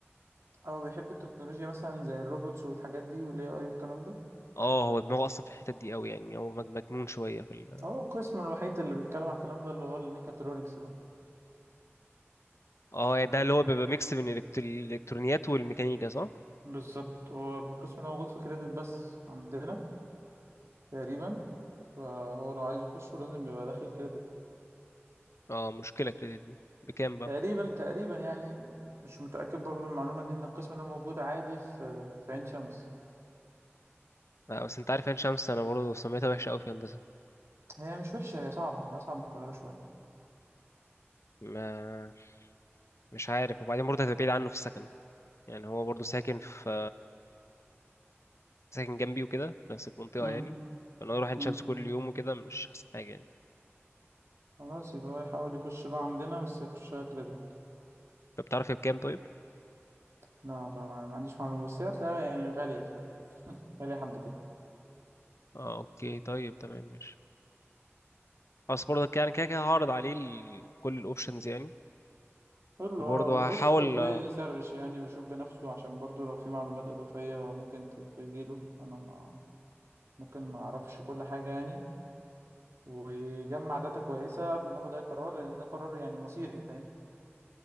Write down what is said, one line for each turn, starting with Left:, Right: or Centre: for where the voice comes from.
Right: أو بيحب التكنولوجيا مثلا زي الروبوتس والحاجات دي والاي اي والكلام ده
Left: اه هو دماغه اصلا في الحتت دي قوي يعني هو مج- مجنون شويه في ال...
Right: هو القسم الوحيد اللي بيتكلم على الكلام ده اللي هو الميكاترونكس بقى
Left: اه يعني ده اللي هو بيبقى ميكس بين الإلكت- الالكترونيات والميكانيكا صح
Right: بالظبط هو القسم ده موجود في كريدت بس عندنا تقريبا فهو لو عايز يخشه لازم يبقى داخل كريدت
Left: اه مشكله كريدت دي بكام بقى
Right: تقريبا تقريبا يعني مش متأكد برضو من المعلومة دي إن القسم ده موجود عادي في في عين شمس
Left: آه بس انت عارف عين شمس انا برضه سميتها وحشه قوي في هندسه
Right: هي مش وحشة هي صعبة أصعب من القاهرة شوية
Left: ما مش عارف وبعدين برضه هتبقى بعيد عنه في السكن يعني هو برضه ساكن في ساكن جنبي وكده في نفس المنطقه
Right: امم
Left: يعني فانا اروح عين
Right: امم
Left: شمس كل يوم وكده مش احسن حاجه يعني
Right: خلاص يبقى هو يحاول يخش بقى عندنا بس يخشها كريدت
Left: طب بتعرف هي بكام طيب
Right: لا والله ما ما عنديش معلومة بس هي هتلاقيها يعني غالية شوية غالية حبتين
Left: اه اوكي طيب تمام ماشي خلاص برضه يعني كده كده هعرض عليه ال- كل الاوبشنز يعني
Right: قول له
Left: وبرضه
Right: اه ويخش
Left: هحاول
Right: برضه ايه يسرش يعني ويشوف بنفسه عشان برضه لو في معلومات إضافية ممكن ت- تجيله أنا ما ممكن ما أعرفش كل حاجة يعني ويجمع داتا كويسة قبل ما ياخد أي قرار لأن ده قرار يعني مصيري فاهم